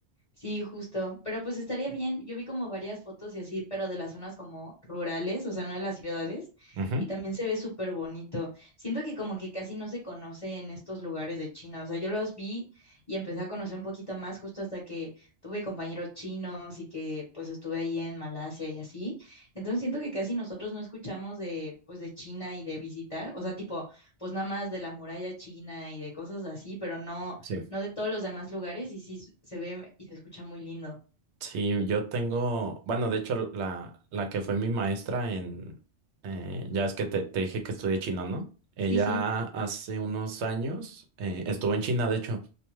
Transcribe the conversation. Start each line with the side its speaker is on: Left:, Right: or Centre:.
Left: Sí, justo. Pero pues estaría bien. Yo vi como varias fotos y así, pero de las zonas como rurales, o sea, no de las ciudades.
Right: Ujú,
Left: Y también se ve súper bonito. Siento que como que casi no se conoce en estos lugares de China. O sea, yo los vi y empecé a conocer un poquito más justo hasta que tuve compañeros chinos y que pues estuve ahí en Malasia y así. Entonces siento que casi nosotros no escuchamos de pues de China y de visitar. O sea, tipo, pues nada más de la muralla china y de cosas así, pero no
Right: Sí.
Left: no de todos los demás lugares y sí se ve y se escucha muy lindo.
Right: Sí, yo tengo, bueno, de hecho, la, la que fue mi maestra en, eh, ya es que te, te dije que estudié chino, ¿no? Ella
Left: Sí, sí,
Right: hace unos años eh, estuvo en China, de hecho,